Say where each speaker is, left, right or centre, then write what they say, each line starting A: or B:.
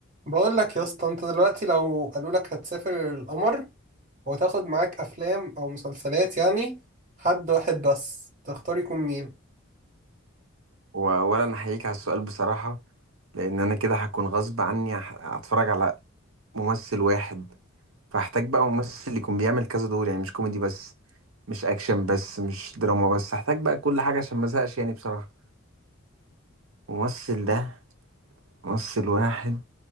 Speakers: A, on the right (about 40°); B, on the right (about 80°).
A: بقول لك يا اسطى انت دلوقتي لو قالوا لك هتسافر القمر وتاخد معاك افلام او مسلسلات يعني حد واحد بس تختار يكون مين
B: وأولا أنا أحييك على السؤال بصراحة لأن أنا كده هكون غصب عني هح- هتفرج على ممثل واحد فهحتاج بقى ممثل يكون بيعمل كذا دور يعني مش كوميدي بس مش أكشن بس مش دراما بس هحتاج بقى كل حاجة عشان ما أزهقش يعني بصراحة ممثل ده ممثل واحد